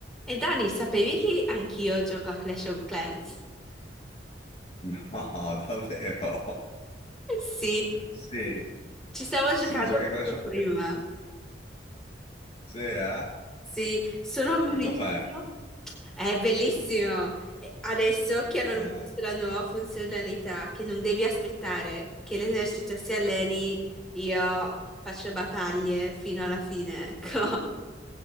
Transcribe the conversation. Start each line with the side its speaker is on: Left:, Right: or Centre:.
Centre: E Dani, sapevi che anch'io gioco a Clash of Clans?
Left: No, <laughs> davvero?
Centre: Eh Sì,
Left: Sì,
Centre: ci stavo
Left: sì,
Centre: giocando
Left: gioca a Clash
Centre: proprio
Left: of
Centre: prima.
Left: Clans. Sì, eh?
Centre: Sì, sono un municipio.
Left: E Com'è?
Centre: È bellissimo. E Adesso che hanno
Left: Eh,
Centre: messo la nuova funzionalità, che non devi aspettare che l'esercito si alleni, io faccio battaglie fino alla fine, ecco. <laughs>